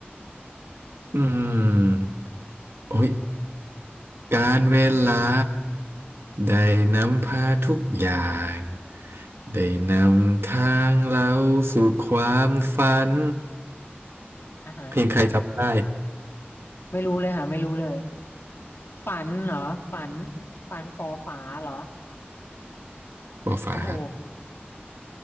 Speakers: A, on the right; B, on the left.
A: อืมโอ้ยการเวลาได้นำพาทุกอย่างได้นำทางเราสู่ความฝัน
B: อ่ะฮะ
A: เพลงใครจำได้
B: ไม่รู้เลยค่ะไม่รู้เลยฝันเหรอฝันฝันฝอฝาเหรอ
A: <laughs> ปอฟ้าครับ
B: โอ้โห